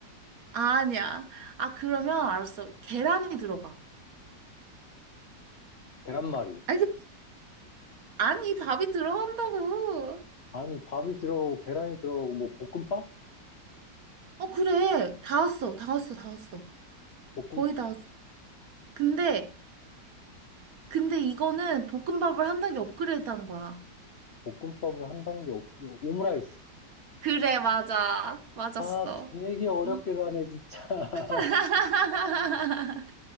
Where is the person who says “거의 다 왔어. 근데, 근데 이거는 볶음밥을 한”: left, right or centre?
Right